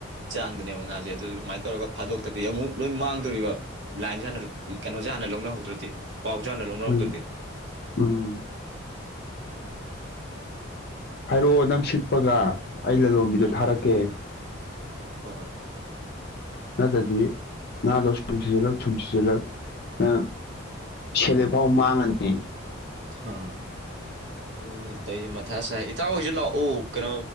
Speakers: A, on the right (about 55°); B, on the left (about 50°).
A: ꯆꯥꯡꯗꯅꯦꯕ ꯉꯥꯖꯦ ꯑꯗꯨ ꯁꯨꯃꯥꯏꯅ ꯇꯧꯔꯒ ꯐꯥꯗꯣꯛꯇ꯭ꯔꯗꯤ ꯑꯃꯨꯛ ꯂꯣꯏ ꯃꯥꯡꯗꯣꯔꯤꯕ ꯂꯥꯏꯟꯖꯦ ꯍꯥꯟꯅ ꯀꯩꯅꯣꯖꯦ ꯍꯥꯟꯅ ꯂꯧꯅꯍꯧꯗ꯭ꯔꯗꯤ ꯄꯥꯎꯖꯦ ꯍꯥꯟꯅ ꯂꯧꯅꯍꯧꯗ꯭ꯔꯗꯤ
B: ꯍꯣꯏꯅꯦ ꯎꯝ ꯍꯥꯏꯔꯛꯑꯣ ꯅꯪ ꯁꯤꯠꯄꯒ ꯑꯩ ꯂꯂꯣꯟꯕꯤꯗꯣ
A: ꯎꯝ
B: ꯊꯥꯔꯛꯀꯦ
A: ꯍꯣꯏ ꯍꯣꯏ
B: ꯅꯠꯇ꯭ꯔꯗꯤ ꯉꯥꯗꯣ ꯁꯨꯝ ꯁꯤꯖꯤꯜꯂꯛ ꯁꯨꯝ ꯁꯤꯖꯤꯜꯂꯛ ꯅꯪ ꯁꯦꯂꯦꯞꯐꯥꯎ ꯃꯥꯡꯉꯅꯤ
A: ꯑꯥ ꯑꯗꯨꯅꯦ ꯇꯧꯏꯖꯦ ꯃꯊꯥ ꯁꯥꯏ ꯏꯇꯥꯎꯍꯣꯏꯖꯨ ꯂꯥꯛꯑꯣ ꯀꯩꯅꯣ